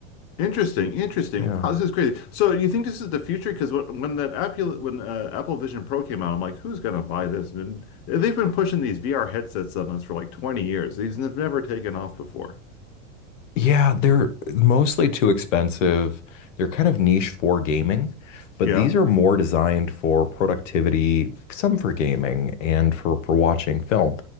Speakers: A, on the left; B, on the left.
A: Interesting, interesting.
B: Yeah.
A: Wow, this is crazy. So you think this is the future? Because when when that Apple when uh, Apple Vision Pro came out, I'm like, who's gonna buy this? And they've been pushing these VR headsets on us for like 20 years. These have never taken off before.
B: Yeah, they're mostly too expensive. They're kind of niche for gaming, but
A: Yeah?
B: these are more designed for productivity, some for gaming and for for watching film.